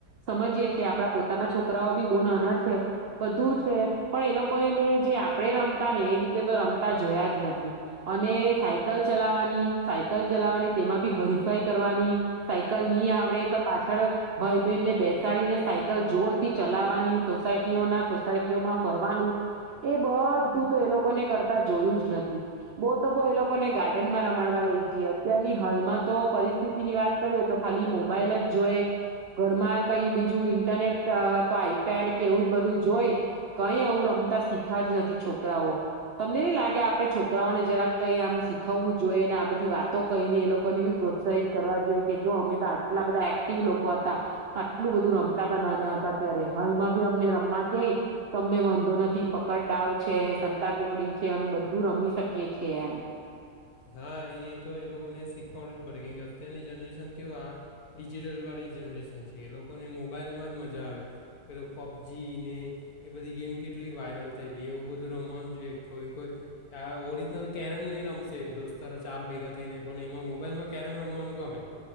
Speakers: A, on the right (about 65°); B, on the left (about 60°).
A: સમજીયીએ આપડા પોતાના છોકરાઓ બી બહ નાના છે. બધું છે પણ એ લોકોને મેં જે આપણે તા ને એ રીતે તો રમતા જોયા જ નથી અને સાયકલ ચલાવવાની સાયકલ ચલાવવાની તેમાં બી હરીફાઈ કરવાની સાયકલ નહી આવડે તો પાછળ ભાઈ બહેનને બેસાડીને સાયકલ જોરથી ચલાવાની સોસાયટીઓ ના સોસાયટીઓમાં ફરવાનું એ બ તું તો એ લોકોને કરતા જોયું જ નથી. બવ તો બવ એ લોકોને ગાર્ડન માં રમાડવા લઈ જઈએ. અત્યારની હાલમાં તો પરિસ્થિતિ ની વાત કરીએ તો ખાલી મોબાઈલ જ જોએ. ઘરમાં કઈ બીજું ઇન્ટરનેટ કા તો આઈપેડ કે એવું જ બધું જોઈ, કઈ આવું રમતા શીખા જ નથ છોકરાઓ. તમને નહી લાગે આપડે છોકરાઓને જરાક કઈ આમ શીખવવું જોઈએ, ને આ બધી વાતો કહીને એ લોકો ને બી પ્રોત્સાહિત કરવા જોઈએ. કે જો અમે તો આટલા બધા એક્ટિવ લોકો હતા. આટલું બધું રમતા તા નાના હતા ત્યારે, હાલમાં બી અમને રમવા કેય તો અમને વાંધો નથી. પકડદાવ છે, સંતાકુકડી છે, અમે બધું રમી શકીએ છે એમ.
B: હા એ તો એ લોકોને શીખવાડવું પડે, કેમકે અત્યારની જનરેશન કેવા આ ડિજિટલ વાળી જનરેશન છે, એ લોકોને મોબાઈલમાં જ મજા આવે. પેલું પબજી ને, એ બધી ગેમ કેટલી વાયરલ થઈ એ એવું બધું રમવાનું જોઈએ. કોઈ-કોઈ આ ઓરિજિનલ કેરેમ નહીં રમશે દોસ્તારો ચાર ભેગા થઈને, પણ એમાં મોબાઈલમાં કેરેમ રમવાનું ગમે.